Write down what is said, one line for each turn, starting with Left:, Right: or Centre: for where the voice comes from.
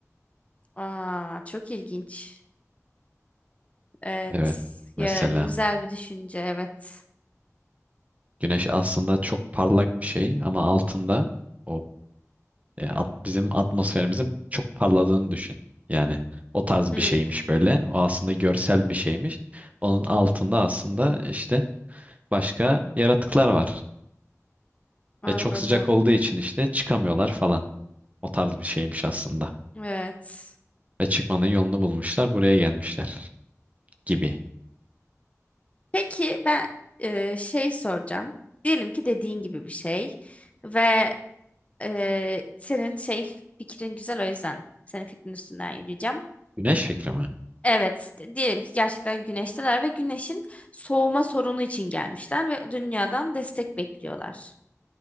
Left: Aa, çok ilginç. Evet.
Right: Evet mesela
Left: Ya, güzel bir düşünce. Evet.
Right: güneş aslında çok parlak bir şey ama altında o E, at- bizim atmosferimizin çok parladığını düşün. Yani o tarz
Left: Hmm,
Right: bir şeymiş böyle. O aslında görsel bir şeymiş. Onun altında aslında işte başka yaratıklar var.
Left: anladım.
Right: Ve çok sıcak olduğu için işte çıkamıyorlar falan. O tarz bir şeymiş aslında.
Left: Evet.
Right: Ve çıkmanın yolunu bulmuşlar, buraya gelmişler gibi.
Left: Peki ben e, şey soracağım. Diyelim ki dediğin gibi bir şey ve e, senin şey fikrin güzel o yüzden senin fikrin üstünden yürüyeceğim.
Right: Güneş fikri mi?
Left: Evet, de- diyelim ki gerçekten güneşteler ve güneşin soğuma sorunu için gelmişler ve dünyadan destek bekliyorlar.